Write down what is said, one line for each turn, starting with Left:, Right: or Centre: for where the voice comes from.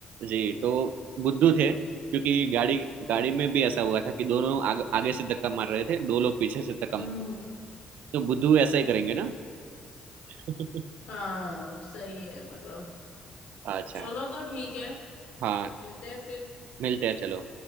Right: जी तो बुद्धू थे क्योंकि गाड़ी गाड़ी में भी ऐसा हुआ था कि दोनों आग, आगे से धक्का मार रहे थे दो लोग पीछे से धक्का
Left: हम्म
Right: मार रहे थे। तो बुद्धू ऐसा ही करेंगे ना <laughs>
Left: हाँ सही है मतलब
Right: अच्छा
Left: चलो तो ठीक है
Right: हाँ
Left: मिलते हैं फिर
Right: मिलते हैं चलो